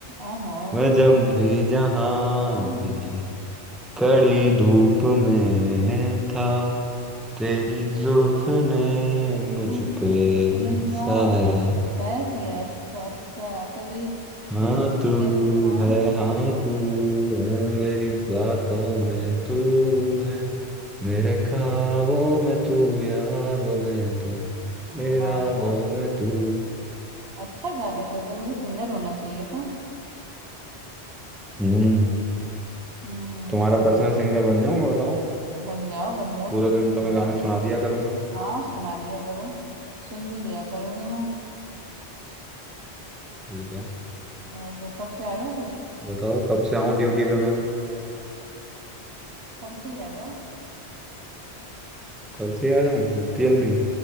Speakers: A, on the right (about 65°); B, in the centre.
A: आहा
B: मैं जब भी जहां
A: हम्म,
B: भी कड़ी धूप में था तेरी जुल्फ ने मुझ
A: बेजा
B: पे साया
A: शायर किया अच्छा अच्छा तभी
B: हाँ
A: पहले
B: तू
A: निकल हाँ
B: है हाँ तू है मेरी बातों में तू है मेरे ख्वाबों में तू यादों में तू इरादों
A: वाह यार
B: में तू
A: अच्छा गा लेते हो तुम्हें तो सिंगर होना चाहिए था
B: हम्म
A: हम्म
B: तुम्हारा पर्सनल सिंगर बन जाऊं मैं बताओ
A: बन जाओ बन जाओ
B: पूरे
A: बिल्कुल
B: दिन तो
A: बन
B: मैं
A: जाओ
B: गाने सुना दिया करूंगा
A: हाँ सुना दिया करो सुन भी लिया करूंगी मैं
B: ठीक है
A: और क्या कब से आ रहे हो फिर
B: बताओ कब से आऊं ड्यूटी पे मैम
A: कल से ही आ जाओ
B: कल से ही आ जाऊं इतनी
A: ओ,
B: जल्दी